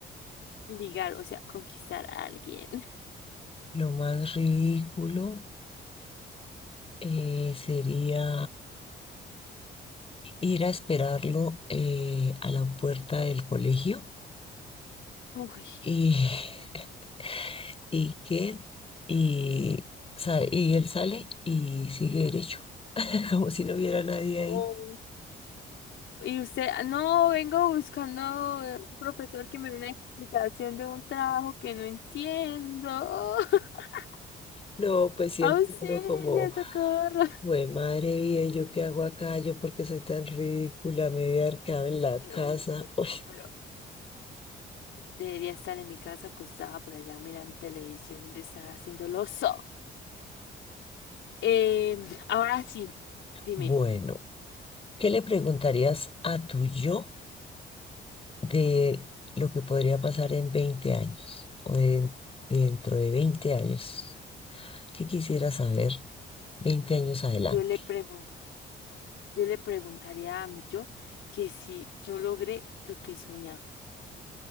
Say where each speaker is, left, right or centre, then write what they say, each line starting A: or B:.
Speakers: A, on the left; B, on the left.
A: Ligar, o sea, conquistar a alguien.
B: Lo más ridículo eh, sería... ir a esperarlo eh, a la puerta del colegio
A: Uy.
B: y, <laughs> y que, y, sa- y él sale y sigue derecho, <laughs> como si no hubiera nadie
A: Oh.
B: ahí.
A: Y usted, "Ah, no, vengo buscando eh, un profesor que me dé una explicación de un trabajo que no entiendo. <laughs>
B: No, pues siente
A: Auxilio,
B: uno como,
A: socorro.
B: güey, madre mía, ¿yo qué hago acá? ¿Yo porque soy tan ridícula? Me voy a haber quedado en la
A: Pero,
B: casa.
A: pues,
B: Uy.
A: no, pero Debería estar en mi casa acostada por allá mirando televisión, donde estar haciendo lo so. Eh, ahora sí, dime,
B: Bueno, ¿qué le preguntarías a tu yo? de lo que podría pasar en 20 años o de- dentro de 20 años. ¿Qué quisiera saber 20 años adelante?
A: yo le pregun- yo le preguntaría a mi yo que si yo logré lo que soñaba.